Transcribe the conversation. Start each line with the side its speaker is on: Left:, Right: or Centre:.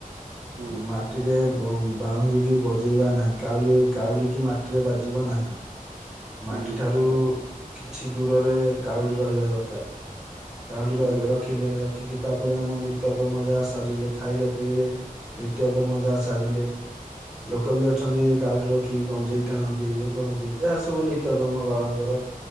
Right: ହୁଁ ହୁଁ
Centre: ହଁ ମା ମାଟିରେ ବାଉଙ୍ଗିକି ବଜେଇବା ନାହିଁ କାଉଡ଼ି କାଉଡ଼ିକି ମାଟିରେ ବାଜିବ ନାହିଁ। ମାଟି
Right: ହୁଁ
Centre: ଠାରୁ କିଛି ଦୂରରେ କାଉଡ଼ି ରହିବା ଦରକାର। କାଉଡି
Right: ହୁଁ
Centre: ରଖିଲେ ରଖିକି ତାପରେ ଆମ ନିତ୍ୟକର୍ମ ଯାହା ସାରିଲେ ଖାଇଲେ ପିଇଲେ ନିତ୍ୟ କ୍ରମ ଯା ଜା ସାରିଲେ। ଲୋକ ବି ଅଛନ୍ତି କାଉ ଡି ରଖି ଗଞ୍ଜେଇ ଟାଣନ୍ତି ଇଏ କରନ୍ତି ଯାହା ସବୁ ନି ନିତ୍ୟ କର୍ମ ବାବାଙ୍କର